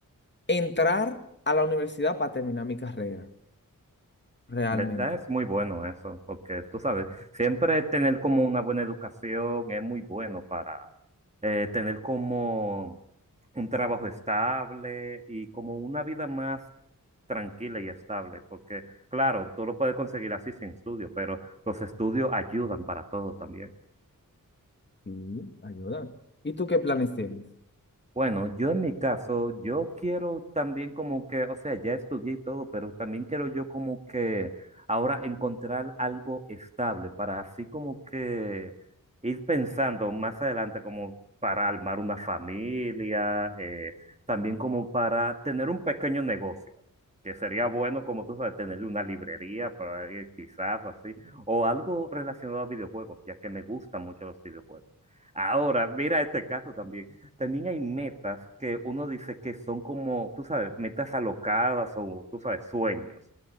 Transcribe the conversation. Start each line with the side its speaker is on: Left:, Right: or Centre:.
Left: entrar a la universidad para terminar mi carrera. Realmente,
Right: En verdad es muy bueno eso, porque tú sabes, siempre tener como una buena educación es muy bueno para eh, tener como un trabajo estable y como una vida más tranquila y estable, porque claro, tú lo puedes conseguir así sin estudio, pero los estudios ayudan para todo también.
Left: sí, ayúdame. ¿Y tú qué planes tienes?
Right: Bueno, yo en mi caso, yo quiero también como que, o sea, ya estudié y todo, pero también quiero yo como que ahora encontrar algo estable para así como que ir pensando más adelante como para armar una familia, eh, también como para tener un pequeño negocio, que sería bueno como tú sabes, tener una librería para ir quizás así, o algo relacionado a videojuegos, ya que me gustan mucho los videojuegos. Ahora, mira este caso también. También hay metas que uno dice que son como, tú sabes, metas alocadas o, tú sabes, sueños.